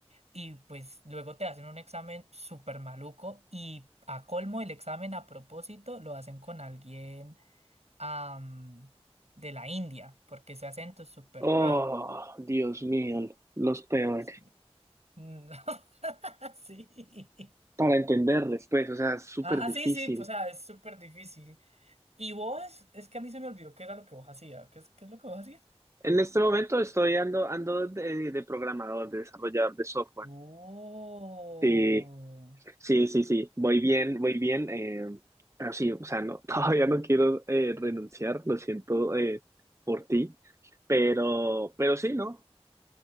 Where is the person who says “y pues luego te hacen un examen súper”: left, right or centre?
Right